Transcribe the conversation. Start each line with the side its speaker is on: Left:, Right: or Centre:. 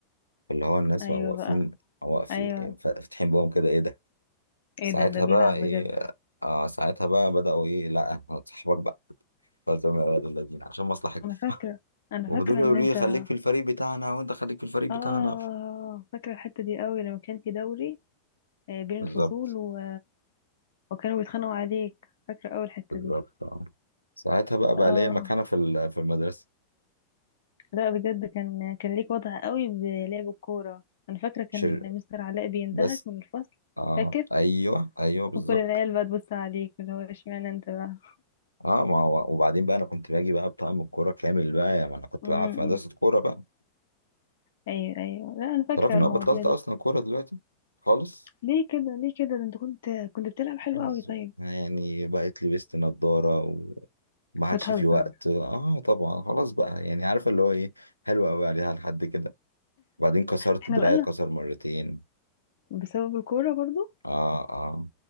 Right: اللي هو الناس
Left: ايوه
Right: بقوا واقفين
Left: بقى
Right: واقفين
Left: ايوه
Right: فاتحين بقهم كده ايه ده ساعتها
Left: ايه ده ده بيلعب
Right: بقى ايه
Left: بجد
Right: آه ساعتها بقى بدأوا ايه لا صاحبك بقى فزم يا ولاد الذين عشان مصلحتكم
Left: انا فاكره انا
Right: ودول
Left: فاكره
Right: يقولوا
Left: ان انت
Right: لي خليك في الفريق بتاعنا وانت خليك في الفريق بتاعنا
Left: اه فاكره الحته دي قوي لما كان في دوري آه، بين
Right: بالظبط
Left: الفصول و... وكانوا بيتخانقوا عليك فاكره قوي الحته
Right: بالظبط
Left: دي
Right: آه. ساعتها بقى بقى
Left: اه
Right: ليا مكانة في ال- في المدرسة
Left: لا بجد كان كان ليك وضع قوي بلعب الكوره انا فاكره كان
Right: شر
Left: مستر علاء بيندهك
Right: بس
Left: من الفصل
Right: آه
Left: فاكر
Right: ايوه ايوه
Left: وكل
Right: بالظبط
Left: العيال بقى تبص عليك اللي هو اشمعنى انت بقى
Right: اه ما هو وبعدين بقى انا كنت باجي بقى بطقم الكوره كامل بقى يعني ما انا كنت
Left: م-
Right: بلعب في مدرسه
Left: م.
Right: كوره بقى
Left: ايوه ايوه لا انا فاكره
Right: تعرف ان
Left: المواضيع
Right: انا بطلت
Left: دي
Right: اصلا كوره دلوقتي خالص
Left: ليه كده ليه كده ده انت كنت كنت بتلعب حلو
Right: خلاص
Left: قوي طيب
Right: بقى. يعني بقيت لبست نظاره وما عادش
Left: بتهزر
Right: في وقت اه طبعا خلاص بقى يعني عارف اللي هو ايه حلوه قوي عليها لحد كده وبعدين كسرت
Left: احنا
Right: دراعي
Left: بقالنا
Right: كسر مرتين
Left: بسبب الكوره برضو
Right: اه اه